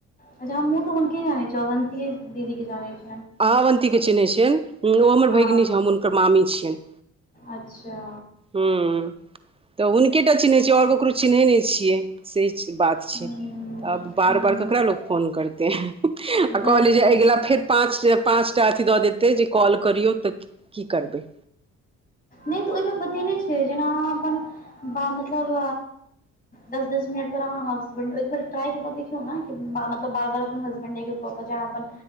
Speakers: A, on the left (about 30°); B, on the right (about 20°).
A: अच्छा हमु तऽ हुनके जानय छी अवन्ततीय दीदी के जाने छि
B: अह अवन्तीके चिन्है छियैन ओ हमर
A: हँ
B: भगिनी छै हम हुनकर मामी छियनि
A: अच्छा
B: हं तऽ हुनके टा चिन्हैत छियै ओर ककरो चिन्है नय छियै से बात छै
A: हूँ
B: तऽ आब बार
A: हूँ
B: बार ककरा लोक फोन करतै आ
A: वैह
B: कहली
A: दिक्कत
B: जे अगिला
A: छै हूँ
B: फेर पाँच के पाँच टा अथी दऽ दैते जे कॉल करियौ तऽ की करबै
A: नइ तऽ ओइमे बतेने छै जेना अपन बा मतलब दस दस मिनट पर अहाँ हसबैंड एक बार ट्राय कऽ क देखियौ न मतलब बार बार अपन हसबैंड क क जा अपन